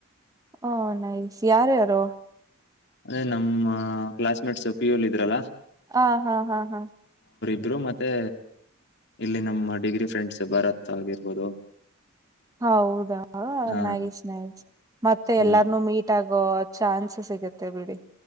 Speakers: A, on the right; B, on the left.
A: ಹ ನೈಸ್ ಯಾರು ಯಾರು
B: ಅದೇ ನಮ್ಮ ಕ್ಲಾಸ್ ಮೇಟ್ಸ್ ಪಿ ಯೂಲ್ ಇದ್ರಲ್ಲಾ
A: ಹಾ ಹಾ ಹಾ ಹಾ
B: ಇದರು ಮತ್ತೆ ಇಲ್ಲಿ ನಮ್ಮ ಡಿಗ್ರಿ ಫ್ರೆಂಡ್ಸ್ ಭರತ್ ಆಗಿರ್ಬೋದು.
A: ಹೌದಾನ್ನಾಗಿ
B: ಹ
A: ಸ್ನ್ಯಕ್ಸ್ ಮತ್ತೆ
B: ಹ್ಮ್
A: ಎಲ್ಲಾರ್ನುೂ ಮೀಟ್ ಆಗ. ಚಾನ್ಸ್ ಸಿಗತ್ತೆ ಬಿಡಿ.